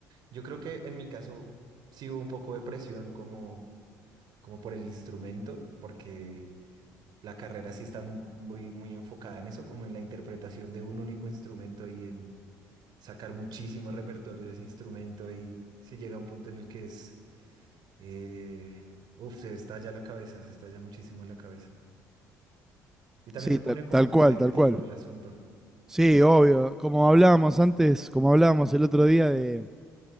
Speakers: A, on the right; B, in the centre.
A: Yo creo que en mi caso sí hubo un poco de presión como, como por el instrumento, porque la carrera sí está mu- muy, muy enfocada en eso, como en la interpretación de un único instrumento y en sacar muchísimo repertorio de ese instrumento y si llega un punto en el que es, eh, uf, se estalla la cabeza, se estalla muchísimo la cabeza. Y también
B: Sí,
A: se
B: tal,
A: pone como
B: tal cual,
A: competitivo
B: tal cual.
A: el asunto.
B: Sí, obvio. Como hablábamos antes, como hablábamos el otro día de,